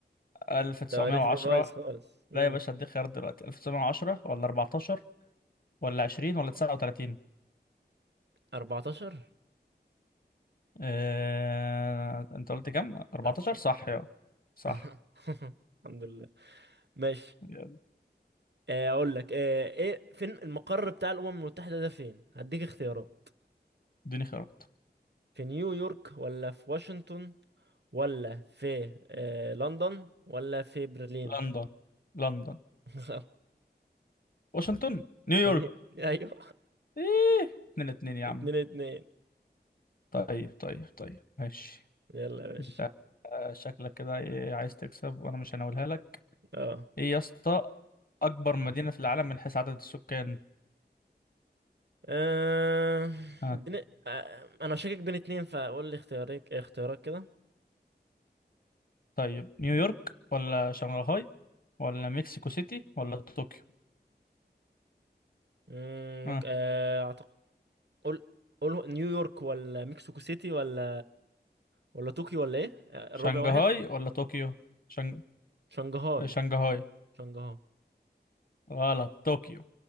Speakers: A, on the left; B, on the right.
A: 1910
B: التواريخ دي بايظ خالص امم
A: لا يا باشا هديك خيار دلوقتي 1910 ولا 14 ولا 20 ولا 39
B: 14
A: آه... انت قلت كام 14
B: ألف سنة
A: صح يا صح
B: <laughs> الحمد لله ماشي
A: يلا،
B: آه، اقول لك آه، ايه فين المقر بتاع الامم المتحدة ده فين هديك اختيارات
A: اديني خيارات
B: في نيويورك ولا في واشنطن ولا في آه لندن ولا في برلين
A: لندن لندن
B: <laughs> غلط.
A: واشنطن نيويورك
B: في ني... ايوه
A: ايه اتنين اتنين يا عم
B: اتنين اتنين
A: طيب طيب طيب ماشي
B: يلا يا باشا
A: انت شكلك كده ايه عايز تكسب وانا مش هناولها لك
B: اه
A: ايه يا اسطى اكبر مدينة في العالم من حيث عدد السكان
B: آه،
A: آه،
B: بن... آه، انا شاكك بين اتنين فقول لي اختيارك اختيارك كده
A: طيب نيويورك ولا شنغهاي ولا مكسيكو سيتي ولا طوكيو
B: مم،
A: اه
B: ممكن آه، اعتقد قول قول نيويورك ولا مكسيكو سيتي ولا ولا طوكيو ولا ايه آه،
A: شنغهاي
B: الرابع واحد
A: ولا طوكيو شنغ...
B: شنغهاي
A: شنغهاي
B: شنغهاي
A: غلط طوكيو